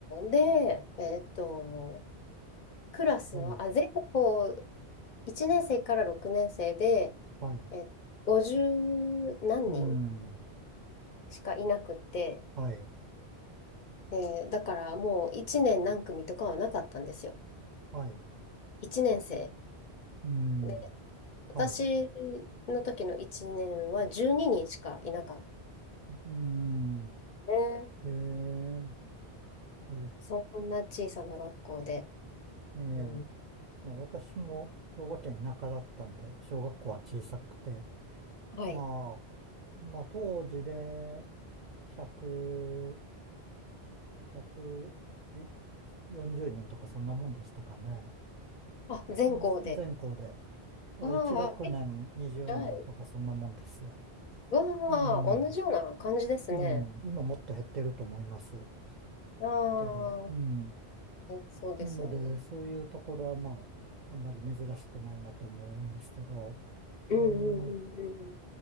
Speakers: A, on the left; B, on the right.
A: ね。で、えっと、クラスは、
B: はい。
A: あ、全校1年生から6年生で、
B: はい。
A: え、50何人
B: うん。
A: しかいなくって、
B: はい。
A: で、だからもう1年何組とかはなかったんですよ。
B: はい。
A: 1年生。
B: うん。
A: で、私
B: はい。
A: の時の1年は12人しかいなかっ
B: うん。
A: たね。
B: へえ。そうです
A: そんな小さな学校で。
B: ええ。
A: うん、
B: まあ私も兵庫県田舎だったんで、小学校は小さくて、
A: はい。
B: まあ、まあ、当時で100、140人とかそんなもんでしたかね。
A: あ、全校で。
B: うん全校で。だから1学年20人とかそんなもんですよ。
A: ああ、え、じゃあ、わあ、
B: うん。
A: 同じような感じですね。
B: うん。今もっと減ってると思います。
A: ああ、
B: けど、うん。
A: えそうですよね。
B: なので、そういうところはまあ、あんまり珍しくないなと思うんですけど、
A: うんうんうんうん。
B: えー